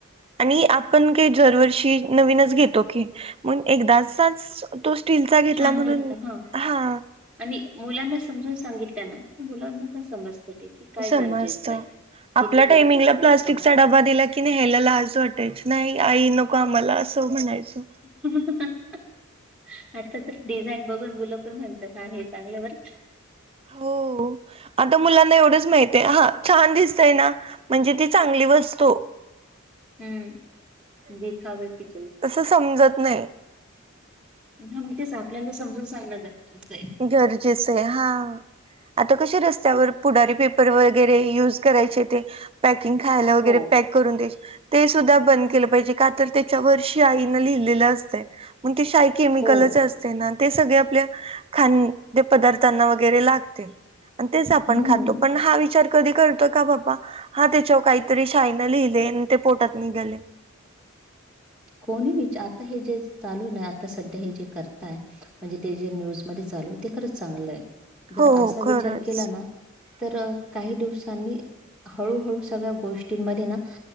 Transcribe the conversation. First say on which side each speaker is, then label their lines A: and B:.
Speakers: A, on the right (about 25°); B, in the centre.
A: आणि आपण काही दरवर्षी नवीनच घेतो की म एकदाचाच तो स्टीलचा घेतला
B: छान
A: म्हणून
B: घेतलं
A: हा
B: आणि मुलांना समजून सांगितल्या ना मुलांना पण समजते ते की काय
A: समजत
B: गरजेचं आहे. किती
A: आपल्या
B: गरजेचं
A: टायमिंगला
B: आहे
A: प्लास्टिकचा
B: कोणता
A: डबा
B: हा.
A: दिला की कि नाही ह्यायला आज वाटायच नाही आई नको आम्हाला असं म्हणायचं
B: ह आता तर डिझाईन बघून मुलं पण म्हणतात ह हे चांगल्या वर
A: हो आता मुलांना एवढंच माहिती ते हा छान दिसतय ना म्हणजे ती चांगली वस्तो
B: हम्म देखावे पिचल
A: तं समजत नाही
B: ह मग तेच आपल्याला समजून सांगलं जाते
A: गरजेच आहे हा आता कसे रस्त्यावर पुढारी पेपर वगैरे युज करायचे ते पॅकिंग खायला वगैरे
B: हो
A: पॅक ते सुद्धा बंद केलं पाहिजे का तर त्याच्या वर्षी आईन लिहिलेलं असतं मग ते शाय केमिकलच
B: हो
A: असते ना ते सगळे आपल्या खद्य पदार्थांना वगैरे लागते आणि तेच आपण
B: हम्म
A: खातो पण हा विचार कधी करतो का बा हा त्याच्यावर काहीतरी शायन लिहिले ते पोटात निघाले
B: कोणी विचार आता हे जे चालू नाही आता सध्या हे जे करताय म्हणजे ते जे न्यूजमध्येध्ये चालू ते खरंच चांगलं आहे जर
A: हो
B: असा
A: हो खरंच
B: विचार केला ना तर काही दिवसांनी हळूहळू सगळ्या गोष्टींमध्ये ना